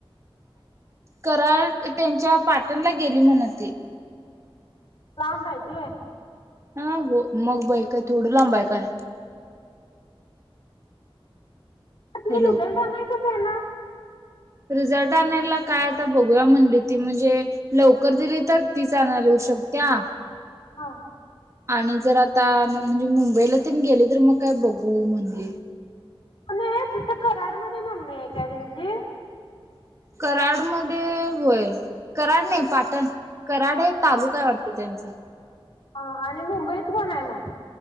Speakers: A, on the right; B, on the left.
A: कराल? त्यांच्यात. पाटणला गेली म्हण ती.
B: लांब हाय ते.
A: हं. हो, मग बाई काय थोडं लांब हाय काय?
B: तुम्ही
A: हॅलो
B: रिझल्ट आणाय कसं -- स येणार?
A: रिझल्ट आणायला काय आता बघूया म्हनली ती म्हनजे लवकर दिली तर तीच अनायला येऊ शकत्या.
B: हा.
A: आणि जर आता मी मुंबईला तेन गेले तर मग काय बघू म्हनली.
B: कुणी हाय तिथं कराडमद मम्मी, गाईड आणशील?
A: कराड मध्ये होय. कराड नाही पाटण. कराड हे तालुका आहे वाटत. त्याचं.
B: हा, आणि मुंबईत कोन हाय मग?